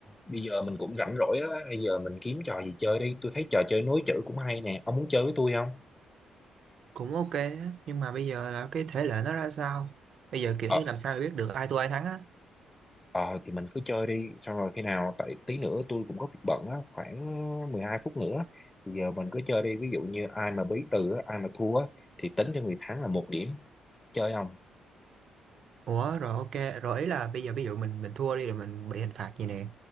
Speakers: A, on the left (about 15°); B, on the right (about 60°).
A: bây giờ mình cũng rảnh rỗi á bây giờ mình kiếm trò gì chơi đi tôi thấy trò chơi nối chữ cũng hay nè ông muốn chơi với tôi không
B: cũng ok á, nhưng mà bây giờ là cái thể lệ nó ra sao bây giờ kiểu
A: ờ
B: như làm sao để biết được ai thua ai thắng á
A: ờ thì mình cứ chơi đi xong rồi khi nào tại tí nữa tôi cũng có việc bận á khoảng ờ, 12 phút nữa thì giờ mình cứ chơi đi ví dụ như ai mà bí từ á, ai mà thua á, thì tính cho người thắng là một điểm chơi không
B: ủa rồi ok rồi ý là bây giờ ví dụ mình mình thua đi rồi mình bị hình phạt gì nè